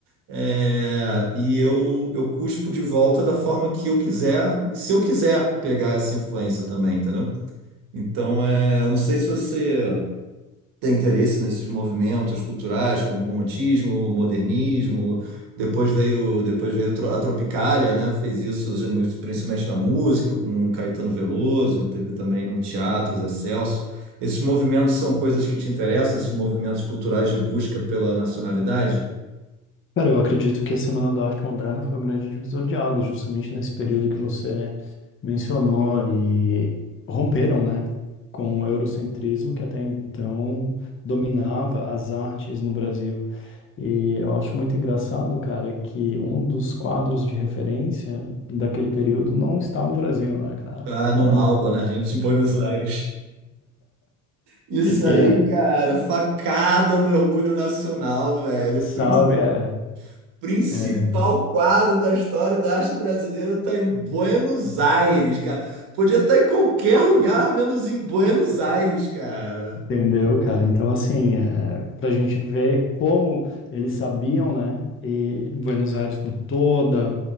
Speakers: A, on the right (about 60°); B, on the left (about 25°).
A: é, e eu, eu cuspo de volta da forma que eu quiser, e se eu quiser pegar essa influência também, entendeu? Então, é, eu não sei se você tem interesse nesses movimentos culturais, como o romantismo, o modernismo, depois veio, depois veio tro- a Tropicália, né? Fez isso principalmente na música, com o Caetano Veloso, e teve também no teatro, Zé Celso. Esses movimentos são coisas que te interessam, esses movimentos culturais de busca pela nacionalidade?
B: Cara, eu acredito que a Semana da Arte Moderna foi um grande divisor de águas, justamente nesse período que você mencionou e romperam, né, com o eurocentrismo que até então dominava as artes no Brasil. E eu acho muito engraçado, cara, que um dos quadros de referência daquele período não está no Brasil, né, cara?
A: Ah,
B: Está
A: no Malba,
B: no...
A: na Argentina, em Buenos Aires. Isso
B: <laughs> E
A: aí,
B: é,
A: cara, facada no orgulho nacional, velho.
B: sabe,
A: Princi-
B: é,
A: Principal
B: é
A: quadro da história da arte brasileira tá em Buenos Aires, cara. Podia estar em qualquer lugar, menos em Buenos Aires, cara.
B: Entendeu, cara? Então, assim, é, para a gente ver como eles sabiam, né? E Buenos Aires com toda,